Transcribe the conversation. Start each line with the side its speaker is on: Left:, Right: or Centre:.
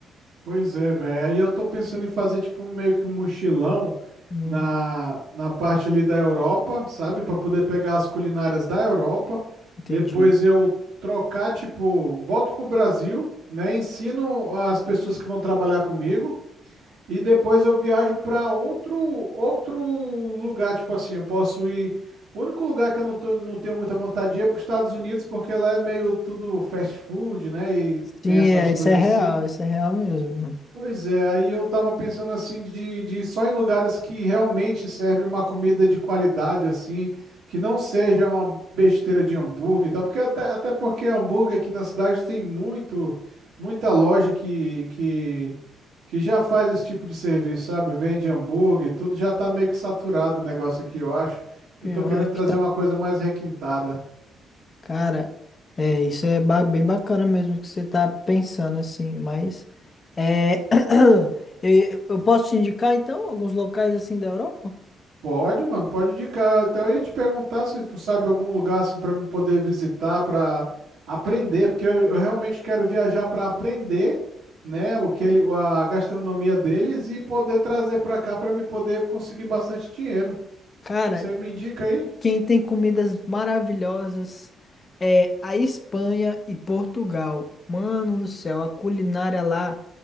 Right: Pois é, velho. Aí eu tô pensando em fazer tipo um- meio que um mochilão
Left: Hum,
Right: na, na parte ali da Europa, sabe? Para poder pegar as culinárias da Europa.
Left: entendi.
Right: Depois eu trocar, tipo, volto pro Brasil, né? Ensino as pessoas que vão trabalhar comigo E depois eu viajo para outro outro lugar, tipo assim, eu posso ir. O único lugar que eu não, tô- não tenho muita vontade de ir é para os Estados Unidos, porque lá é meio tudo fast food, né? E tem
Left: Sim,
Right: essas
Left: é,
Right: coisas
Left: isso é real,
Right: assim.
Left: isso é real mesmo, mano.
Right: Pois é, aí eu tava pensando assim de, de só em lugares que realmente serve uma comida de qualidade assim, que não seja uma besteira de hambúrguer e tal, porque até, até porque hambúrguer aqui na cidade tem muito, muita loja que, que, que já faz esse tipo de serviço, sabe? Vende hambúrguer, tudo já tá meio que saturado o negócio aqui, eu acho.
Left: Pior
Right: Eu tô querendo
Left: que
Right: trazer
Left: tá,
Right: uma coisa mais requintada.
Left: cara, é, isso é ba- bem bacana mesmo que você tá pensando assim, mas é, <clears throat> e- eu posso te indicar então alguns locais assim da Europa?
Right: Pode, mano, pode indicar. Eu até ia te perguntar se tu sabe algum lugar assim para me poder visitar, para aprender, porque eu, eu realmente quero viajar para aprender, né, o que ele, a gastronomia deles e poder trazer para cá para me poder conseguir bastante dinheiro.
Left: Cara,
Right: Você me indica aí?
Left: quem tem comidas maravilhosas é a Espanha e Portugal. Mano do céu, a culinária lá